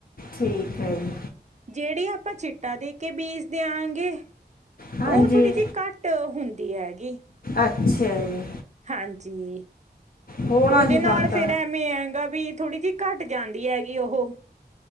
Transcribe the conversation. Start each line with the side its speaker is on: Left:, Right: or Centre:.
Left: ਠੀਕ ਹੈ ਜੀ।
Right: ਜਿਹੜੀ ਆਪਾਂ ਚਿੱਟਾ ਦੇ ਕੇ ਬੀਜ ਦੇ ਆਗੇ।
Left: ਹਾਂਜੀ
Right: ਉਹ ਥੋੜ੍ਹੀ ਜਿਹੀ ਘੱਟ ਹੁੰਦੀ ਹੈਗੀ।
Left: ਅੱਛਾ ਜੀ।
Right: ਹਾਂਜੀ।
Left: ਹੋਣਾ
Right: ਉਹਦੇ
Left: ਜੀ
Right: ਨਾਲ
Left: ਫਰਕ
Right: ਫੇਰ ਐਵੇਂ ਹੈਗਾ ਵੀ ਥੋੜ੍ਹੀ ਜਿਹੀ ਘੱਟ ਜਾਂਦੀ ਹੈਗੀ। ਉਹੋ